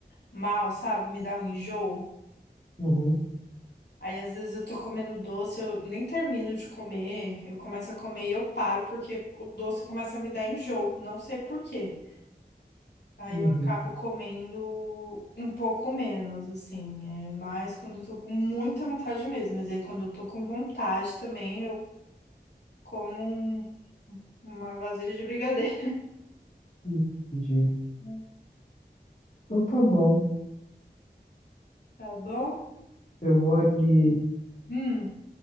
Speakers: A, on the left; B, on the left.
A: mal, sabe? Me dá um enjoo.
B: uhum,
A: Aí, às vezes, eu tô comendo doce, eu nem termino de comer, eu começo a comer e eu paro, porque o doce começa a me dar enjoo, não sei por quê. Aí
B: uhum,
A: eu acabo comendo um pouco menos, assim. É mais quando eu tô com muita vontade mesmo. Mas aí quando eu tô com vontade também, eu como um- uma vasilha de brigadeiro,
B: entendi.
A: <laughs>
B: Então tá bom.
A: tá bom?
B: Eu vou ali
A: Hum.